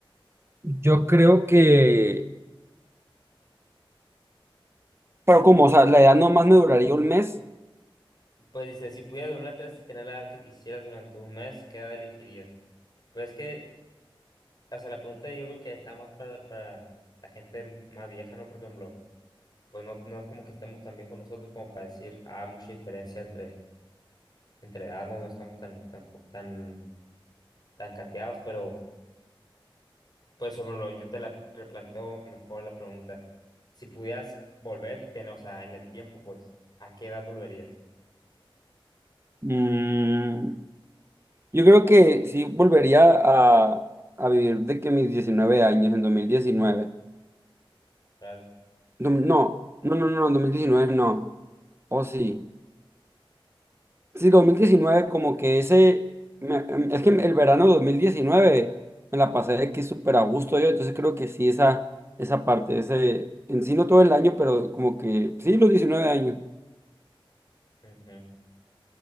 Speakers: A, on the right; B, on the left.
A: Yo creo que. Pero como, o sea, la edad nomás me duraría un mes.
B: Pues dice, si pudieras volver atrás y tener la edad que quisieras durante un mes, ¿qué edad elegirías? Pues es que, o sea, la pregunta yo creo que está más para, para la gente más vieja, ¿no? Por ejemplo, pues no, no es como que estemos tan viejos nosotros como para decir, ah, mucha diferencia entre entre edad no, no estamos tan, tan, ju- tan, tan cateados, pero pues sobre lo, yo te la replanteo mejor la pregunta. Si pudieras volver y tener, o sea, en el tiempo, pues, ¿a qué edad volverías?
A: mm, yo creo que sí volvería a, a vivir de que mis 19 años en dos mil diecinueve
B: ¿Verdad?
A: No, no, no, no, no, en 2019 no. O sí. Sí, 2019 como que ese, me- em, es que el verano de 2019 me la pasé de que súper a gusto yo, entonces creo que sí, esa, esa parte, ese, en sí no todo el año, pero como que sí, los 19 años.
B: Ujú.